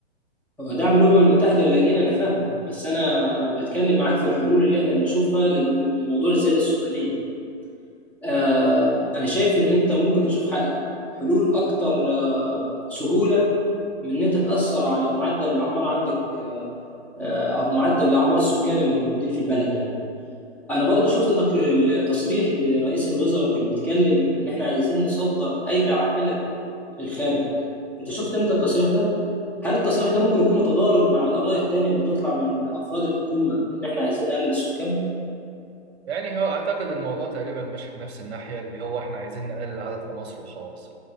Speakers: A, in the centre; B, on the right (about 65°).
A: هو دعم الامم المتحده اللي لاجئين انا فاهم بس انا انا بتكلم معاك في الحلول اللي احنا بنشوفها للم- لموضوع الزياده السكانيه آه انا شايف ان انت ممكن تشوف ح- حلول اكتر آه سهوله من ان انت تاثر على معدل الاعمار عندك آه او معدل الاعمار السكان اللي موجودين في البلد يعني انا برضو شفت تقر- التصريح لرئيس الوزراء كان بيتكلم ان احنا عايزين نصدر ايدي عامله للخارج انت شفت انت التصريح ده هل التصريح ده ممكن يكون متضارب مع الاراء التانية اللي بتطلع من افراد الحكومه ان احنا عايزين نقلل السكان
B: يعني هو أعتقد الموضوع تقريبا ماشي في نفس الناحية اللي هو إحنا عايزين نقلل العدد في مصر وخلاص